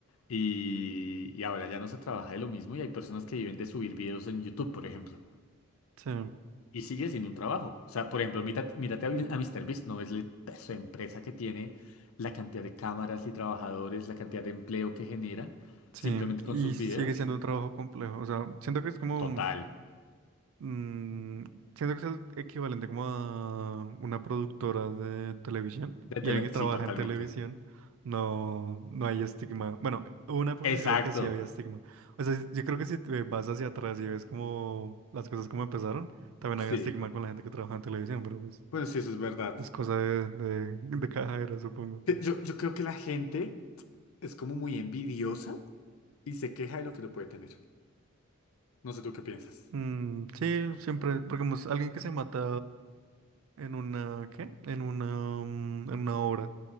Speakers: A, on the left (about 75°); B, on the right (about 70°).
A: Y, y ahora ya no se trabaja de lo mismo y hay personas que viven de subir videos en YouTube, por ejemplo
B: Sí,
A: y sigue sin un trabajo. O sea, por ejemplo, mírate, mírate a, a míster beast ¿no ves el peso de empresa que tiene, la cantidad de cámaras y trabajadores, la cantidad de empleo que genera,
B: sí,
A: simplemente con
B: y
A: sus
B: sigue
A: videos?
B: siendo un trabajo complejo, o sea, siento que es como...
A: Total.
B: Mm, siento que es el equivalente como a una productora de televisión
A: De
B: y
A: tele-
B: alguien que
A: sí,
B: trabaja
A: totalmente.
B: en televisión, no, no hay estigma. Bueno, hubo una época
A: Exacto.
B: que creo que sí había estigma. O sea, yo creo que si te vas hacia atrás y ves como las cosas como empezaron, también
A: Sí.
B: había estigma con la gente que trabaja en televisión, pero pues
A: Bueno, sí, eso es verdad.
B: es cosa de, de, de cada era, supongo.
A: Que Yo, yo creo que la gente es como muy envidiosa y se queja de lo que no puede tener. No sé tú qué piensas.
B: Mm, sí, siempre, porque pues, alguien que se mata en una, ¿qué? En una, mm, en una obra.